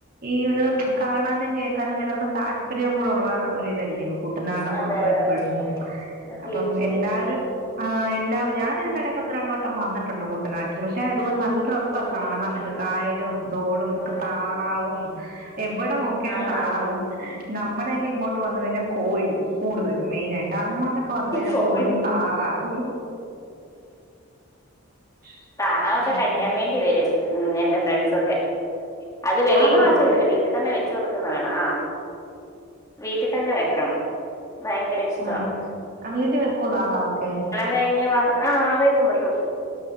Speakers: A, on the right (about 40°); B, on the left (about 15°).
A: ഈ ഒരു കാണാനും കേ ഞാനും ഇതർക്കും താല്പര്യവും കൂടെ ഉള്ള ഒരു ഇതല്ലയോ കുട്ടനാട്ന്ന്
B: അതെ
A: പറഞ്ഞ
B: അതെ
A: എപ്പോഴും
B: അതെ
A: അപ്പം
B: തീർച്ചയായിട്ടും
A: എല്ലാരും ആ എല്ലാ ഞാനൻതിന്റെനിടയ്ക്ക് ഒന്ന് രണ്ട വട്ടം വന്നിട്ടുണ്ട് കൂട്ടനാട്ടിൽ പക്ഷെ അത്പോലെ നല്ല രസം കാണൻക്കെ
B: ഉം ഉം
A: കായലും തോടും ഒക്കെ
B: ഉം
A: താറാവും എവിടെ നോക്കിയാലും
B: ആണാണാണ്
A: താറാവ നമ്മുടെയൊക്കെ ഇങ്ങോട്ട് വന്ന് കഴിഞ്ഞാൽ കോഴി കൂടുതലും മെയിനായിട്ട് അങ്ങോട്ടൊക്കെ വന്ന കഴിഞ്ഞാൽ
B: കോഴി
A: കൂടുതലും താറാവും <inaudible>
B: താണാവൊക്കെ
A: അങ്ങനെ
B: കഴിക്കാൻ വേണ്ടി വരു ഉം എന്റെ ഫ്രണ്ട്സൊക്കെ അത് വെലയിൽന്ന്
A: ആണോ
B: വച്ച കൊടുക്കല വീട്ടിൽ തന്നെ വെച്ചു കൊടുക്കുന്ന വേണം ആ വീട്ടിൽ തന്നെ വെക്കണം ഭയങ്കര ഇഷ്ടമാണ്
A: ആ ആ വീട്ടിൽ വെക്കുവ താറാതൊക്കെ
B: കഴിഞ്ഞ ആ വെക്കും മ്പക്കും